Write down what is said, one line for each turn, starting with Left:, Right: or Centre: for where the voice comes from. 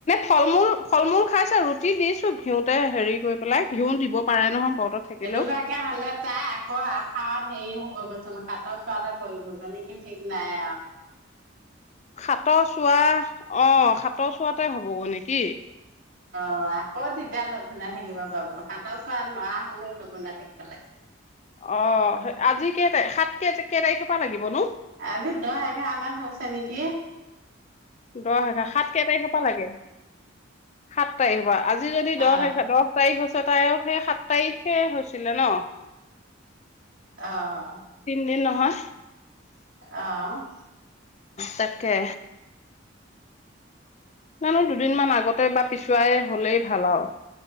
Left: ফল-মূল, ফল-মূল খাইছে, ৰুটি দিছো ঘিউতে হেৰি কৰি পেলাই ঘিউ দিব পাৰে নহয়। ব্ৰতত থাকিলেও
Right: এনেকুৱাকে হলে তাই আকৌ আশাৰত হেৰি হ মই কৈছোঁ নহ়য় সাতৰ চোৱাতে পৰিব যানে কি ঠিক নাই আউ।
Left: সাতৰ চোৱা, অ', সাতৰ চোৱাতে হ'বগৈ নেকি?
Right: অ আকৌ তেতিয়া লঘুনে থাকিব পাব, সাতৰ চোৱা নোৱাৰা হলেও লঘুনে থাকিব লাগে।
Left: অ', আজি কেই তাৰিখ? সাত কেই কেই তাৰিখৰ পৰা লাগিব নো?
Right: আজি দহ এঘাৰ মান হৈছে নেকি?
Left: দহ হাজাৰ, সাত কেই তাৰিখৰ পা লাগে? সাত তাৰিখৰ পা। আজি যদি
Right: অ
Left: দহ হৈছে, দহ তাৰিখ হৈ <unintelligible> সেই সাত তাৰিখে হৈছিলে ন?
Right: অ'।
Left: এ নহয়।
Right: অ'।
Left: তাকে, জানো দুদিনমান আগতে বা পিছুৱাই হলেই ভাল আৰু।